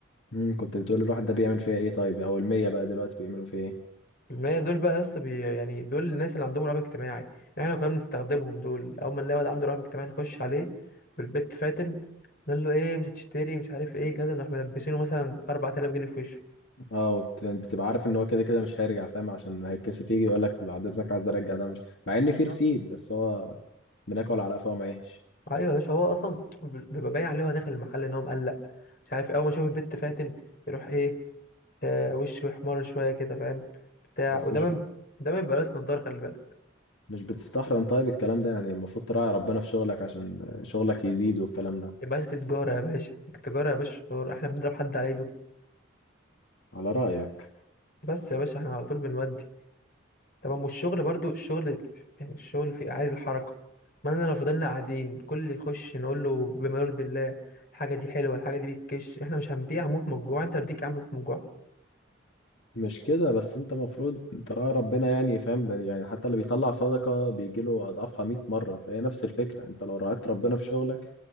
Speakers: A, on the left; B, on the left.
A: مم، كنت بتقول الواحد ده بيعمل فيها ايه طيب او المية بقى دلوقتي بيعملوا فيها ايه
B: المية دول بقى يا اسطى بي- يعني دول الناس اللي عندهم رهاب اجتماعي يعني احنا كنا بنستخدمهم دول اول ما نلاقي واحد عنده رهاب اجتماعي نخش عليه بالبت فاتن نقول له ايه مش هتشتري مش عارف ايه كذا نروح ملبسينه مثلا 4000 جنيه في وشه
A: اه وت- بتبقى عارف ان هو كده كده مش هيرجع فاهم عشان هيتكسف يجي يقول لك بعد اذنك عايز ارجع ده مش مع
B: بالظبط
A: ان في رسيد بس هو بناكل على قفا ومعيش
B: ايوه يا باشا هو اصلا بيبقى باين عليه هو داخل المحل ان هو مقلق مش عارف اول ما يشوف البت فاتن يروح ايه آه وشه يحمر شويه كده فاهم بتاع
A: بس
B: وده
A: مش
B: من
A: ب...
B: ده ما بيبقى لابس نضاره خلي بالك
A: مش بتستحرم طيب الكلام ده يعني المفروض تراعي ربنا في شغلك عشان شغلك يزيد والكلام ده
B: يا باشا دي تجاره يا باشا التجاره يا باشا شطار احنا بنضرب حد على ايده
A: على رأيك
B: بس يا باشا احنا على طول بنودي تمام والشغل برضو الشغل يعني الشغل في عايز الحركة ما انا لو فضلنا قاعدين كل اللي يخش نقول له بما يرضي الله الحاجة دي حلوة الحاجة دي بتكش احنا مش هنبيع موت من الجوع انت رديك يا عم موت من الجوع
A: مش كده بس انت المفروض تراعي ربنا يعني فاهم ده يعني حتى اللي بيطلع صدقة بيجيله اضعافها 100 مرة فهي نفس الفكرة انت لو راعيت ربنا في شغلك